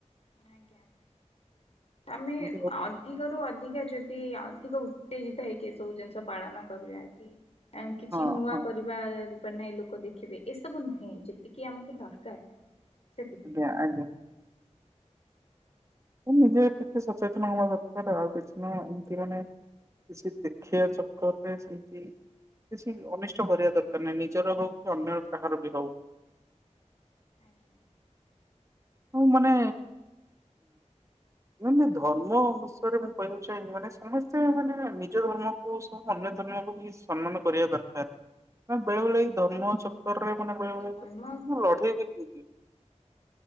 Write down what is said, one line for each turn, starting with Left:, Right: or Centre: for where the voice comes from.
Left: ଆଜ୍ଞା ଆମେ
Right: ଏମିତି ବହୁ
Left: ଅ ଧିକରୁ ଅଧିକ ଯଦି ଅଧିକ ଉତ୍ତେଜିତ ହେଇକି ଏସବୁ ଜିନିଷ ପାଳନ କରିବା କି କାଇଁ କିଛି
Right: ହଁ
Left: ନୂଆ
Right: ହଁ
Left: କରିବା ରୂପା ନାଇଁ ଲୋକ ଦେଖିବେ ଏସବୁ ନୁହେଁ ଯେତିକି ଆମକୁ ଦରକାର ସେତିକି।
Right: <unintelligible> ନିଜେ ଟିକେ ସଚେତନ ହବା ଦରକାର ଆଉ କିଛି ନାଁ ଏମତି ମାନେ କିଛି ଦେଖିଆ ଚକରେ ସେମିତି କିଛି ଅନିଷ୍ଟ କରିବା ଦରକାର ନାହିଁ ନିଜର ହଉ ଅନ୍ୟର କାହାର ବି ହଉ।
Left: ଆଜ୍ଞା।
Right: ମୁଁ ମାନେ ନାଇଁ ନାଇଁ ଧର୍ମ ବିଷୟରେ ମୁଁ କହିବାକୁ ଚାହିଁବି ମାନେ ସମସ୍ତେ ମାନେ ନିଜ ଧର୍ମ ଓ ସବୁ ଅନ୍ୟ ଧର୍ମକୁବି ସମ୍ମାନ କରିବା ଦରକାର <unintelligible> ମ ବେଳେ ବେଳେ ଧର୍ମ ଲଟଟାରେ ମାନେ କହିବାକୁ ଗଲେ
Left: ଧର୍ମ
Right: <unintelligible> ମୁଁ ଲଢ଼େଇ ଦେଖିଚି।